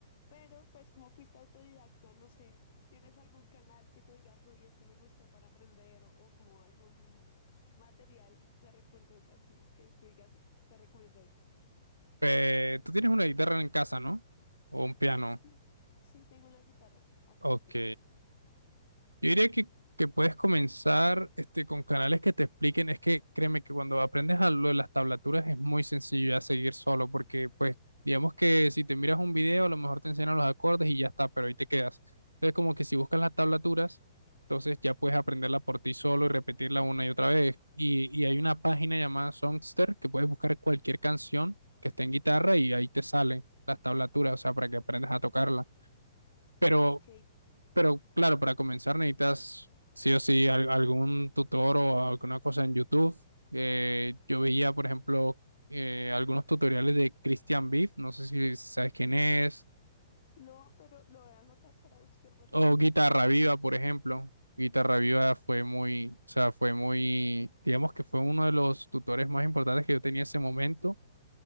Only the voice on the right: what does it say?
Eh, tú tienes una guitarra en casa, ¿no? O un piano.
Ok. Yo diría que, que puedes comenzar este, con canales que te expliquen. Es que créeme que cuando aprendes a lo de las tablaturas es muy sencillo ya seguir solo, porque pues digamos que si te miras un video, a lo mejor te enseñan los acordes y ya está, pero ahí te quedas. Entonces como que si buscas las tablaturas, entonces ya puedes aprenderla por ti solo y repetirla una y otra vez. Y, y hay una página llamada Songster que puedes buscar cualquier canción que esté en guitarra y ahí te salen las tablaturas, o sea, para que aprendas a tocarla. Pero
pero claro, para comenzar necesitas sí o sí al- algún tutor o alguna cosa en YouTube. Eh, yo veía, por ejemplo, eh, algunos tutoriales de Christian Beef, no sé si sabes quién es,
o
Guitarra
Viva, por ejemplo. Guitarra Viva fue muy, o sea, fue muy, digamos que fue uno de los tutores más importantes que yo tenía en ese momento.